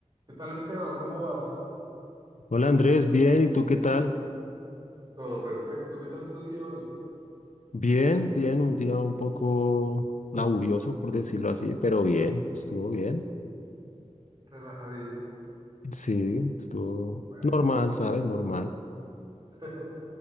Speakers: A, on the right; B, on the left.
A: ¿Qué tal Esteban? ¿Cómo vas?
B: Hola Andrés, bien, ¿y tú qué tal?
A: Todo perfecto. ¿Qué tal tu día hoy?
B: Bien, bien, un día un poco laborioso, por decirlo así, pero bien, estuvo bien.
A: Relajadito.
B: Sí, estuvo
A: Bueno,
B: normal, ¿sabes?
A: igual,
B: Normal.
A: <laughs>